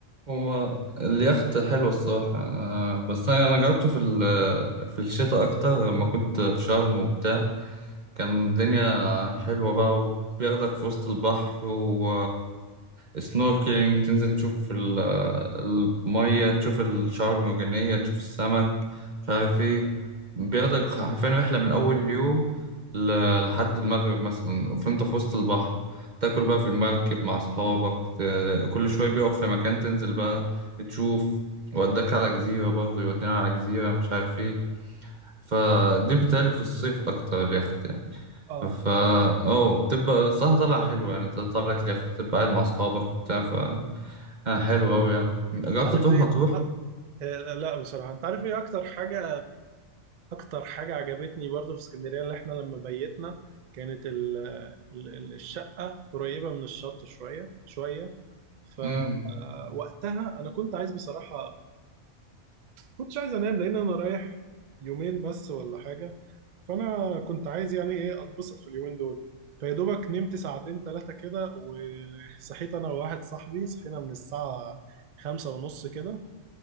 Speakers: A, on the right; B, on the right.
A: هو اليخت حلو الصراحه آه، بس انا أنا جربته في ال- في الشتاء اكتر لما كنت في شرم وبتاع كان الدنيا حلوة بقى وبياخدك في وسط البحر و سنوركلينج تنزل تشوف ال- المية تشوف الشعاب المرجانية تشوف السمك مش عارف ايه بياخدك حرفيا رحلة من أول يوم ل- لحد المغرب مثلا فانت في وسط البحر تاكل بقى في المركب مع أصحابك ت- كل شوية بيقف في مكان تنزل بقى تشوف وداك على جزيرة برضه يودينا على جزيرة مش عارف ايه فدي بتالي في الصيف أكتر اليخت يعني.
B: اه
A: فا اه بتبقى صح طالعة حلوة يعني انت طلعت لي بتبقى قاعد مع أصحابك بتاع ف آه، حلو أوي يعني جربت
B: عارف
A: تروح
B: ايه
A: مطروح؟
B: أ- آه، لا بصراحه انت عارف ايه اكتر حاجه اكتر حاجه عجبتني برضو في اسكندريه اللي احنا لما بيتنا كانت ال ال الشقه قريبه من الشط شويه شويه فوقتها
A: امم
B: انا كنت عايز بصراحه كنتش عايز انام لان انا رايح يومين بس ولا حاجه فانا كنت عايز يعني ايه اتبسط في اليومين دول فيا دوبك نمت ساعتين ثلاثه كده وصحيت انا وواحد صاحبي صحينا من الساعه خمسة ونص كده